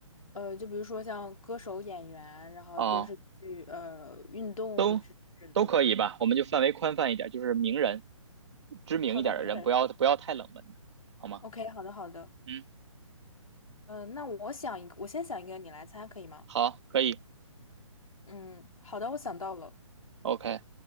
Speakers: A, on the left; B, on the right.
A: 呃，就比如说像歌手、演员，然后电视剧、
B: 啊、
A: 呃，运动之之类的。
B: 都都可以吧，我们就范围宽泛一点，就是名人，知名一点的人，
A: 好的，名人。
B: 不要不要太冷门的，好吗？
A: OK，好的，好的。
B: 嗯，
A: 呃，那我想一个，我先想一个，你来猜可以吗？
B: 好，可以
A: 嗯，好的，我想到了。
B: ，OK，